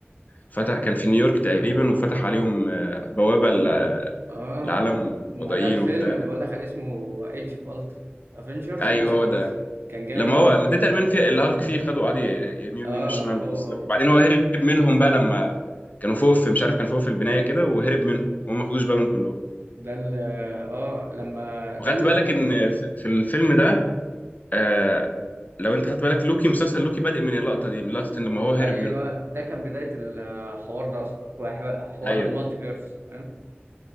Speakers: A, on the left; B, on the right.
A: فتح كان في نيويورك تقريبا وفتح عليهم آه، بوابة ل-
B: اه
A: لعالم
B: ما
A: وضعيين
B: ده الفيلم
A: وبتاع
B: اللي بقول لك عليه اسمه ايج اوف الترا افنجرز
A: ايوه
B: ايج
A: هو
B: اوف الترا
A: ده
B: كان جامد
A: لما هو
B: أوي الفيلم
A: ما ده
B: ده
A: تقريبا في اللي هالك فيه خدوا قعد يرميه يمين
B: اه
A: وشمال ويكسروا.
B: هو هو
A: وبعدين هو هرب منهم بقى لما كانوا فوق في مش عارف كان فوق في البناية كده وهرب منهم وهم ما خدوش بالهم كلهم
B: ده ال اه لما ده
A: وخدت بالك ان في في الفيلم ده آه لو انت خدت بالك لوكي مسلسل لوكي بادئ من اللقطة دي من لقطة ان لما هو هرب
B: ايوه
A: منهم
B: ده كان بدايه الحوار ده اصلا وح- حوار
A: ايوه
B: المالتي فيرس فاهم